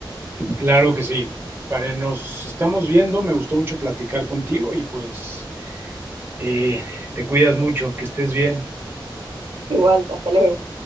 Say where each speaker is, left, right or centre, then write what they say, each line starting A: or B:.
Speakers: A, on the right; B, on the right.
A: Claro que sí. Para, nos estamos viendo. Me gustó mucho platicar contigo y pues eh, te cuidas mucho, que estés bien.
B: Igual, hasta luego.